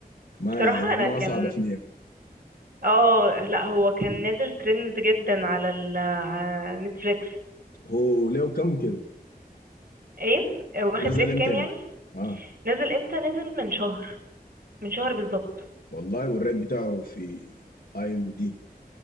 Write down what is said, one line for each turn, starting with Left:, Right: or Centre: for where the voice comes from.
Left: ما
Right: بصراحة
Left: يعني
Right: انا
Left: ما
Right: كان
Left: صعب في نية
Right: اه آه، لا هو كان نازل ترند جدا على ال على نتفليكس
Left: هو له كم كده
Right: ايه واخد
Left: نزل
Right: ريت
Left: امتى
Right: كام
Left: يعني
Right: يعني
Left: اه
Right: نزل امتى نزل من شهر من شهر بالظبط
Left: والله والريت بتاعه في اي ام دي